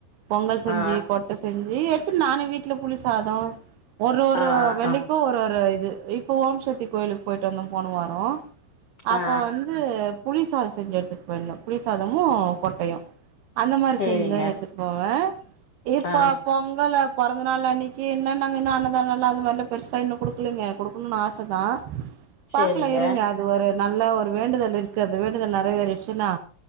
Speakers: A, on the right; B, on the left.
A: பொங்கல் செஞ்சு
B: ஆ ஆ
A: கொ செஞ்சு எடுத்து நானும் வீட்ல புளி சாதம் ஒரு ஒரு
B: ஆ ஆ
A: வெள்ளிக்கும்
B: ஆ
A: ஒரு ஒரு இது இ இப்போ ஓம்சக்தி கோயிலுக்கு போயிட்டு வந்து போன வாரோ அப்போ
B: ஆ
A: வந்து புளி சாதொ செஞ்சு எடுத் த்துட்டு போய் இந்தோ புளி சாதமும் கொட்டையும் அந்த மாரி
B: சேரிங்க
A: செஞ்சுதான் எடுத்துட்டு போவேன் இப்பா
B: ஆ
A: பொங்கலு பொறந்த நாள் அன்னைக்கு இன்னு நாங்க இன்னு அன்னதான நாள் அதுமாரிலா பெருசா இன்னும் குடுக்கலைங்க குடுக் கனும்னு ஆச தா
B: சேரிங்க
A: பாக்கலா இருங்க அது ஒரு நல்ல ஒரு வேண்டுதல் இருக்கு அது வேண்டுதல் நெறை வேறிச்சுன்னா